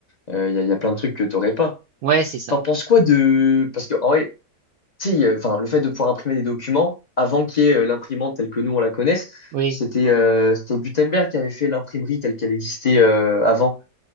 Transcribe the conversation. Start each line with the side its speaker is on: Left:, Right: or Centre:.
Left: Euh, Il y, a y a plein de trucs que t'aurais pas.
Right: Ouais, c'est ça.
Left: T'en penses quoi de... Parce que en vrai, si, sais, enfin, le fait de pouvoir imprimer des documents avant qu'il y ait euh, l'imprimante telle que nous on la connaisse,
Right: Oui.
Left: c'était euh, c'était Gutenberg qui avait fait l'imprimerie telle qu'elle existait euh, avant.